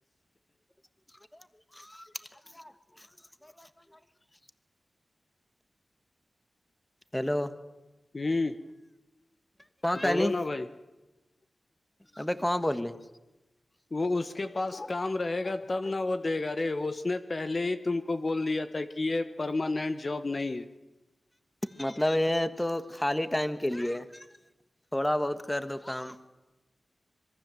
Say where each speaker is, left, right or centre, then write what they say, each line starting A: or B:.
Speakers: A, in the centre; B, on the left.
A: <inaudible> ہیلو
B: ہم
A: کہاں کہلی
B: بولو نا بھائی
A: ابھی کہاں <inaudible>
B: وہ اس کے پاس کام رہے گا تب نہ وہ دے گا رے اس نے پہلے ہی تم کو بول دیا تھا کہ یہ پرماننٹ جاب نہیں ہے
A: مطلب یہ تو خالی ٹائم کے لیے تھوڑا بہت کر دو کم